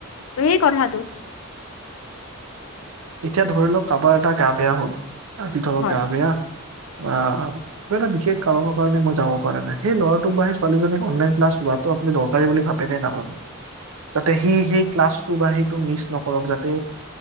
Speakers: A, on the left (about 75°); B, on the right (about 80°).
A: সেই কথাটো
B: এতিয়া ধৰি লওক কাবাৰ এটা গা বেয়া হল আজি ধৰ
A: হয়
B: গা বেয়া অ কিবা এটা বিশেষ কাৰনৰ কাৰণে মই যাব পৰা নাই সেই লৰাটোক বা ছোৱালীজনীক অনলাইন ক্লাছ লোৱাটো আপুনি দৰকাৰী বুলি ভাবেনে নহয় যাতে সি সেই ক্লাছটো বা সেইটো মিছ নকৰক যাতে